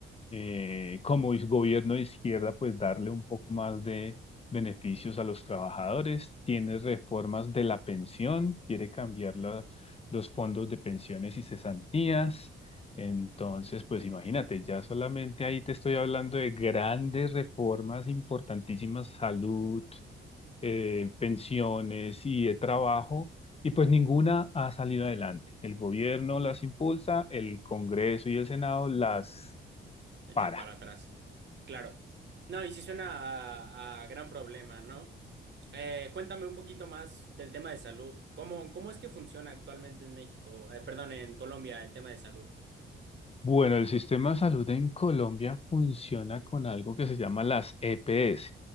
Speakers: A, on the left; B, on the right.
A: eh, como es gobierno de izquierda, pues darle un poco más de beneficios a los trabajadores. Tiene reformas de la pensión, quiere cambiar la- los fondos de pensiones y cesantías. Entonces, pues imagínate, ya solamente ahí te estoy hablando de grandes reformas importantísimas, salud, eh, pensiones y de trabajo. Y pues ninguna ha salido adelante. El gobierno las impulsa, el Congreso y el Senado las
B: Echan
A: para.
B: para atrás. Claro. No, y sí suena a, a gran problema, ¿no? Eh, cuéntame un poquito más del tema de salud. ¿Cómo, cómo es que funciona actualmente en México? Eh, perdón, en Colombia, el tema de salud.
A: Bueno, el sistema de salud en Colombia funciona con algo que se llama las EPS.